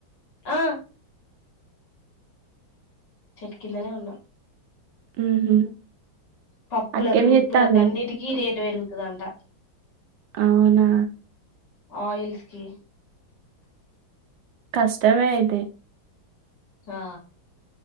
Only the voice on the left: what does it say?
ఆ చెట్టు కిందనే ఉన్నా
పప్పులకు
ఉప్పులకు అన్నిటికీ రేటు పెరుగుతదంట
ఆయిల్స్కి
ఆ